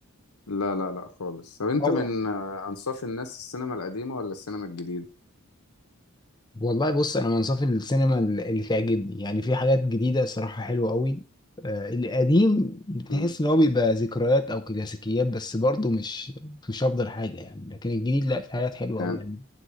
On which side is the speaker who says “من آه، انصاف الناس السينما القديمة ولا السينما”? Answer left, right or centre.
Left